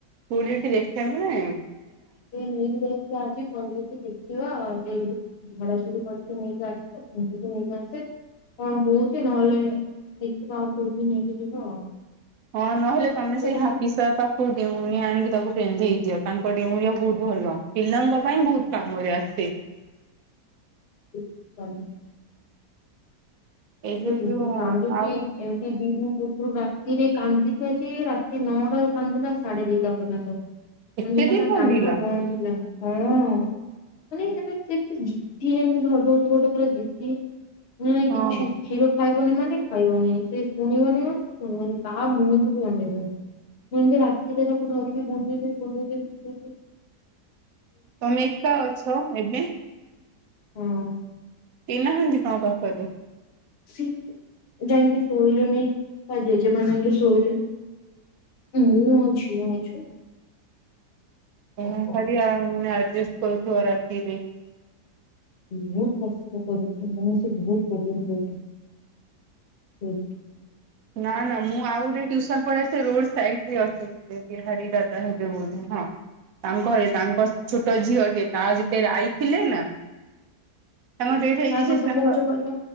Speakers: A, on the right (about 65°); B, on the left (about 50°).
A: କୋଉଠି ଦେଖିବାକୁ
B: ସେ ନେଇ ଆଜି ଭିକ ଏଇ ଝଡ଼ାଝୁୁଡି କରିକି ନେଇକି ଆସେ ଫଙ୍କିକି ନେଇକି ଆସେ। କଣ ବହୁଛି ନହେଲେ ଦେଖିବା ଆଉ କୋଉଠି ନେଇକି ଯିବା ଆଉ?
A: ହଁ ନହେଲେ ତମେ
B: ସେମାନେ
A: ସେଇ ହାକି ସର ପାଖ ତୁ ଡେଉଁରିଆ ଆଣିକି ତାକୁ ପିନ୍ଧି ହେଯିବ ତାଙ୍କ ଡେଉଁରିଆ ବହୁତ ଭଲ ପିଲାଙ୍କ ପାଇଁ ବହୁତ କାମରେ ଆସେ।
B: <inaudible>
A: ଏଇ
B: ସେଥିରେ
A: ଯୋଉ
B: ବହୁତ
A: ଯୋଉ
B: କାନ୍ଦୁଛି।
A: ଆଉ
B: ଦି ପୂର୍ବରୁ ରାତିରେ କାନ୍ଦି ଯେ ରାତି ନଅଟା ର କାନ୍ଦିଥିଲା ସାଢେ ଦିଟା ପର୍ଯ୍ୟନ୍ତ।
A: ଏତେ
B: ମାନେ
A: ଜୋର
B: ତାର
A: କାନ୍ଦିଲା
B: କାନ୍ଦ ବନ୍ଦ ହେଇଲାନି ହଁ। ମାନେ ସେମତି ଜିତି ଯେମିତି ଧଉଛି ଗୋଟେ ପୁରା ଜିତି ନା
A: ହଁ
B: କିଛି କ୍ଷୀର ଖାଇବନି ମାନେ ଖାଇବନି ସେ ଶୁଣିବନି ମାନେ ଶୁଣିବନି ତା ମୁହଁକୁ ବି ଅନେଇବନି। ଯେମିତି ରାତିରେ ତାକୁ ଧରିକି ବୁଲେଇଲି ବୁଲେଇକି ବୁ
A: ତମେ ଏକା ଅଛ ଏବେ?
B: ହଁ।
A: କେଇ ନାହାଁନ୍ତି ତମ ପାଖରେ?
B: ସିଏ ଯାଇଁକି ଶୋଇଲେଣିି ତା ଜେଜେମା ସାଙ୍ଗେ ଶୋଇଲେଣି। ମୁଁ ଆଉ ଝିଅ ଅଛୁ।
A: କଣ
B: ଓ ଓ
A: କରିଆ ଆଉ ଆମେ ଆଡଜଷ୍ଟ କରୁଥିବ ରାତିରେ
B: ବହୁତ କଷ୍ଟ କରୁଛି ମାନେ ସେ ବହୁତ ପ୍ରୋବ୍ଲେମରେ ଅଛନ୍ତି, ସେଇଥିପାଇଁ।
A: ନା ନା ମୁଁ ଆଉ ଗୋଟେ ଟିଉସନ୍ ପଳେଇ ଆସିଛି ରୋଡ ସାଇଡରେ ଅଛି ସେ ବିହାରୀ ଦାଦା ହେବେ ବୋଧେ ହଁ। ତାଙ୍କ ଘରେ ତାଙ୍କ ଛୋଟ ଝିଅଟେ ତା ଯେତେବେଳେ ଆଈ ଥିଲେ ନା ତାଙ୍କ ଡେଟ୍ ହେଇଯାଇଛି
B: କାହା କଥା
A: ତାଙ୍କ
B: କହୁଛ କହିଲ